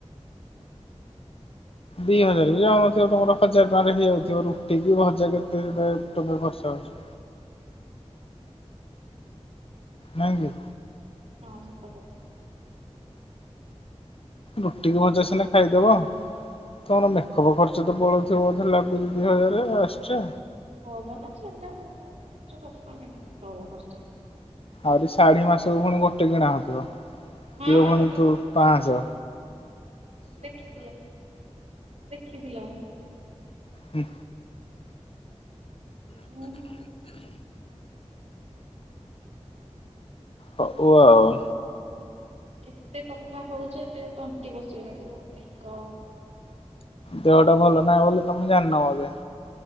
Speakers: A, on the left; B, on the right.
A: ଦି ହଜାରେ ବି ଯାଉନଥିବ ତମର ହଜାର ଟଙ୍କାରେ ହେଇଯାଉଥିବ ରୁଟି କି ଭଜା କେତେ ଟଙ୍କା ଖର୍ଚ୍ଚ ହଉଛି? ନାଇଁ କି?
B: ହଁ ସତ କଥା।
A: ରୁଟିକୁ ଭଜା ସିନା ଖାଇଦବ ତମର ମେକଅପ୍ ଖର୍ଚ୍ଚ ତ ପଳୁଉଥିବ ବୋଧେ ଲାଗୁଛି ଦି ହଜାରେ ଏକ୍ସଟ୍ରା
B: ମେକ୍ଅପ୍ ନା ଛେନାଗୁଡ ତମର ଯୋଉ କଥା ମେକ୍ଅପ୍ ଖର୍ଚ୍ଚ।
A: ଆଉରି ଶାଢୀ ମାସକୁ ପୁଣି ଗୋଟେ କିଣା ହଉଥିବ ସିଏ
B: ହଁ ହଁ ତମେ
A: ପୁଣି
B: ତମେ
A: ଦୁ ପାଁଶହ।
B: ତମେ ଦେଖିଥିଲ, ତମେ ଦେଖିଥିଲ?
A: ହୁଁ।
B: ମୁଁ
A: ହଉ ଆଉ।
B: କେତେ କଥା ହଉଛ ଯେ ତଣ୍ଟି ବସିଗଲାଣି ଓ ମାଇଁ ଗଡ୍।
A: ଦେହଟା ଭଲ ନାହିଁ ବୋଲି ତମେ ଜାଣିନ ବୋଧେ?